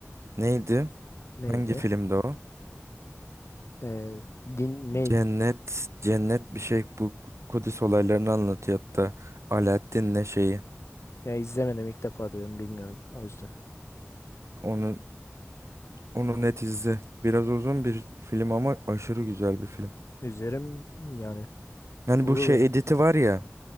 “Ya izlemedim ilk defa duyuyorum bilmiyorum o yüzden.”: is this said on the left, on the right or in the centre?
Left